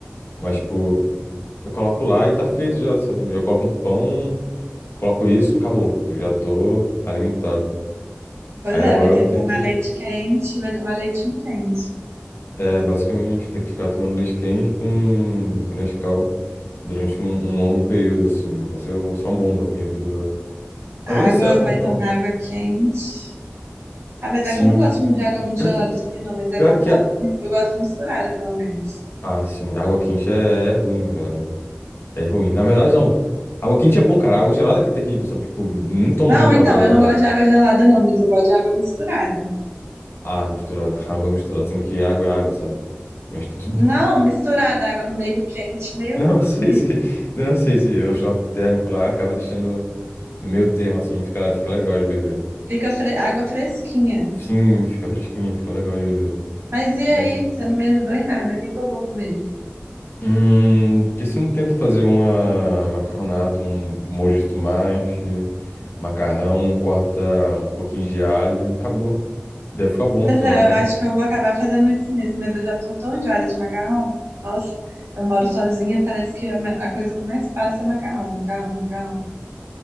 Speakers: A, on the left; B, on the right.
A: Mas, tipo, eu coloco lá e tá feito já, sabe? Eu coloco um pão, coloco isso, acabou. Eu já tô alimentado.
B: Pois
A: Aí
B: é,
A: agora
B: vai ter
A: eu vou
B: que
A: ter
B: tomar
A: que,
B: leite quente, vai tomar leitinho quente.
A: é, basicamente, ter que ficar tomando leite quente com, com Nescau durante um, um longo período, assim. Vai ser, vai ser uma bomba, minha vida agora. Mas
B: Água,
A: vai dar certo
B: vai
A: no final.
B: tomar água quente. Apesar
A: Sim.
B: que eu não gosto muito de água muito
A: Pior
B: gelada
A: que,
B: também, não, mas é
A: pior
B: bom
A: que
B: tá.
A: a.
B: Eu gosto misturada, pelo menos.
A: Ah, sim, água quente é, é ruim, velho. É ruim. Na verdade, não. Água quente é bom, cara. Água gelada que é terrível, sabe? Tipo, não tomo
B: Não,
A: muita
B: então,
A: água gelada,
B: eu não gosto
A: não.
B: de água gelada, não, mas eu gosto de água misturada.
A: Ah, misturada. <laughs> Água misturada. Sendo que água é água, sabe? Mas tudo bem.
B: Não,
A: <laughs>
B: misturada, água meio quente, meio,
A: Não sei
B: meio
A: se. Não sei se. O choque térmico lá acaba deixando no meio termo, assim. Fica, fica legal de beber.
B: fica fre- água fresquinha.
A: Sim, fica fresquinho. Fica legal de beber.
B: Mas e aí,
A: Mas.
B: você não me ajudou em nada, o que que eu vou comer?
A: Hum. Por que você não tenta fazer uma macarronada, um molho de tomate, macarrão, corta um pouquinho de alho e acabou. Deve ficar bom,
B: Pois
A: você
B: é,
A: não acha,
B: eu
A: não?
B: acho que eu vou acabar fazendo isso mesmo, mas eu já tô tão enjoada de macarrão. Nossa, eu moro sozinha, parece que a, me- a coisa que eu mais faço é macarrão, macarrão, macarrão.